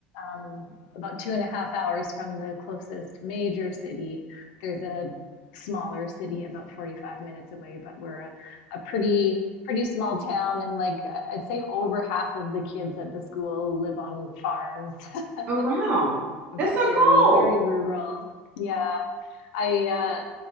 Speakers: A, on the left; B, on the right.
A: um, about two and a half hours from the closest major city. There's a smaller city about 45 minutes away, but we're a, a pretty pretty small town and like I- would say over half of the kids at the school live on farms. <laughs>
B: Oh wow. That's so
A: Very,
B: cool.
A: very rural. Yeah. I uh